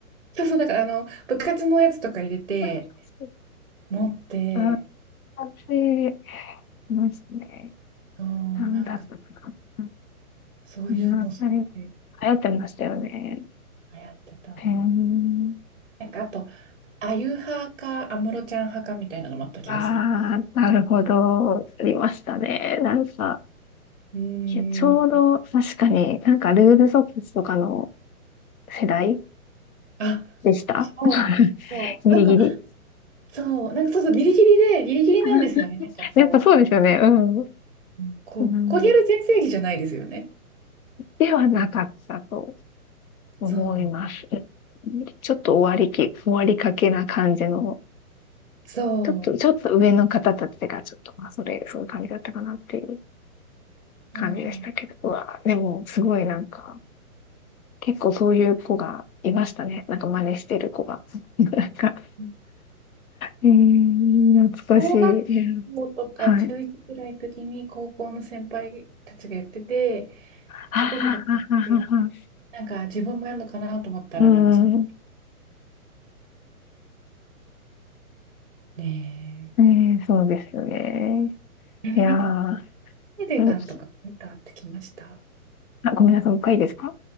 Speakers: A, on the right; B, on the left.
A: そうそう、だからあの、部活のやつとか入れて、
B: そ
A: 持って、
B: うん、完成しますね。
A: そう、
B: なんだったかな。
A: なんか、そういうのすごい流
B: うん、あれ、流行ってましたよね。
A: 行ってたな。
B: へえ。
A: なんかあと、あゆ派か安室ちゃん派かみたいなのもあった気がする。
B: ああ、なるほど。ありましたね。なんか、
A: うーん。
B: いやちょうど確かになんかルーズソックスとかの世代
A: あ、
B: でした。
A: そう。
B: <laughs>
A: そう、
B: ギリギリ。
A: なんか、そう、なんかそうそう、ギリギリで、ギリギリなんですよね。
B: あ
A: なんかこ
B: やっぱそうですよね。うん。
A: う、うんこう、
B: うん。
A: コリャル全盛期じゃないですよね。
B: ではなかったと思います。
A: そう、
B: ちょっと終わりき、終わりかけな感じの、
A: そ
B: ちょっと、ちょっと上の方たちがちょっと、まあ、それ、そういう感じだったかなっていう感じでしたけど、
A: う、そ
B: うわ、でも、すごいなんか、結構そういう子がいましたね。なんか真似してる子が。<laughs> なんか、
A: う。
B: えー、懐かしい。
A: 小学校とか中一ぐらいの時に高校の先輩たちがやってて、
B: はい。はははははは。
A: 高校生たちがやってて、なんか自分もやるのかなと思ったら、
B: うん。
A: なんかそのね
B: えー、そうですよね。
A: え、やれなかっカ
B: いやー、
A: ーディガンとかセーターってきました。
B: うあ、ごめんなさい、もう一回いいですか